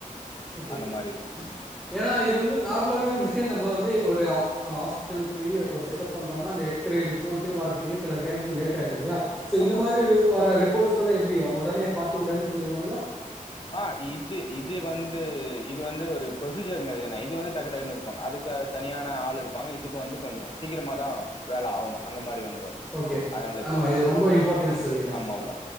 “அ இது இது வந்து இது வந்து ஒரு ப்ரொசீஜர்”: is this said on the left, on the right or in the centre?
Left